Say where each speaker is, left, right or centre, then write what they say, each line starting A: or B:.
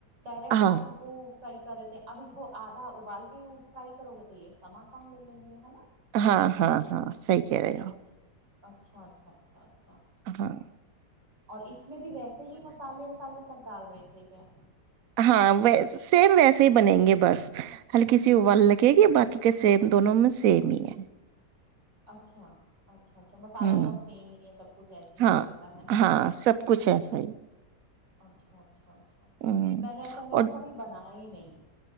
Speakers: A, on the right; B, on the right.
A: ڈائریکٹ
B: ہاں
A: آپ ان کو فی کرے تھے اب ان کو آدھا ابال کے فرائی کرو گے تو یہ سمان کم لے لیں گے ہے نا
B: ہاں ہاں ہاں صحیح کہہ رہے
A: اچھا
B: ہو
A: اچھا اچھا اچھا اچھ
B: ہمم
A: اور اس میں بھی ویسے ہی مسالے وسالے سب ڈال رہے تھے کیا
B: ہاں و سیم ویسے ہی بنیں گے بس ہلکی سی وال لگے گی باقی کا سیم دونوں میں سیم ہی ہے
A: اچھا اچھا اچھا مسالہ
B: ہوں
A: سب سیم ہی ہے سب کچھ ایسے ہی
B: ہاں
A: ملے گا ہے نا
B: ہاں سب کچھ ایسا ہی
A: اچھا اچھا اچھا اچھا
B: ہوں
A: میں نے اصل میں
B: اور
A: نا کبھی بنایا ہی نہیں